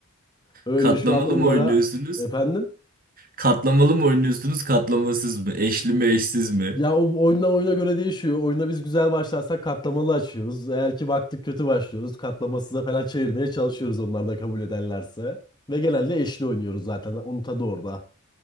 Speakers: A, on the left; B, on the right.
A: Öyle
B: Katlamalı
A: şu an onlara
B: mı oynuyorsunuz?
A: efendim.
B: Katlamalı mı oynuyorsunuz? Katlamasız mı? Eşli mi eşsiz mi?
A: Ya o oyundan oyuna göre değişiyor. Oyuna biz güzel başlarsak katlamalı açıyoruz. Eğer ki baktık kötü başlıyoruz. Katlamasıza falan çevirmeye çalışıyoruz onlar da kabul ederlerse. Ve genelde eşli oynuyoruz zaten. Onun tadı orada.